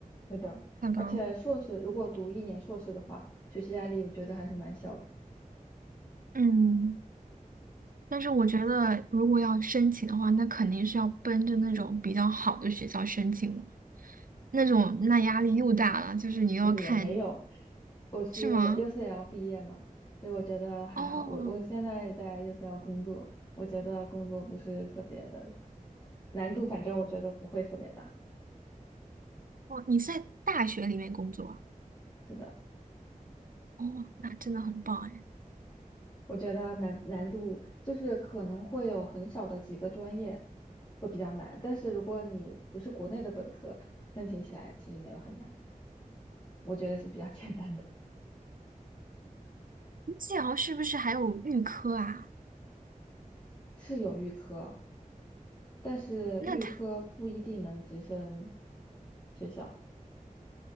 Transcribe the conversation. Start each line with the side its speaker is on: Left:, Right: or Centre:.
Left: 是的，
Right: 太棒了。
Left: 而且硕士如果读一年硕士的话，学习压力我觉得还是蛮小的，
Right: 嗯。但是我觉得，如果要申请的话，那肯定是要奔着那种比较好的学校申请了那种那压力又大了，就是你要看，
Left: 嗯也没有。我是
Right: 是吗？
Left: UCL 毕业嘛，所以我觉得还好。
Right: 哦，
Left: 我我现在在 UCL 工作，我觉得工作不是特别的难度，反正我觉得不会特别大。
Right: 哦，你是在大学里面工作啊
Left: 是的，
Right: 哦，那真的很棒哎。
Left: 我觉得难难度就是可能会有很少的几个专业会比较难，但是如果你不是国内的本科，申请起来其实没有很难，我觉得是比较 <laughs> 简单的。
Right: 技疗是不是还有预科啊？
Left: 是有预科。但是预科不一定能直升
Right: 那他
Left: 学校，